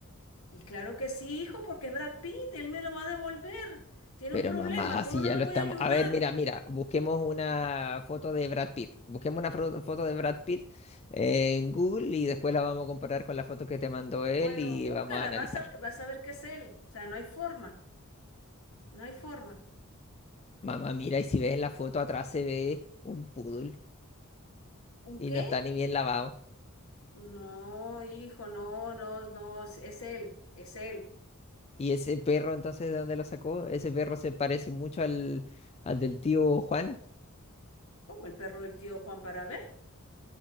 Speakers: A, on the left (about 75°); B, on the left (about 30°).
A: Y claro que sí, hijo, porque es Brad Pitt, él me lo va a devolver. Tiene
B: Pero
A: un problema,
B: mamá,
A: ¿cómo
B: si
A: no
B: ya
A: lo
B: lo
A: voy
B: estamos.
A: a ayudar?
B: A ver, mira, mira, busquemos una foto de Brad Pitt. Busquemos una fro- foto de Brad Pitt en Google y después la vamos a comparar con la foto que te mandó
A: Bueno,
B: él y
A: búscala,
B: vamos a analizar.
A: vas a, vas a ver qué es él. O sea, no hay forma, no hay forma.
B: Mamá, mira, y si ves en la foto atrás se ve un poodle
A: ¿Un
B: y
A: qué?
B: no está ni bien lavado.
A: No, hijo, no, no, no, es es él, es él.
B: ¿Y ese perro entonces de dónde lo sacó? Ese perro se parece mucho al, al del tío Juan.
A: ¿Cómo el perro del tío Juan para ver?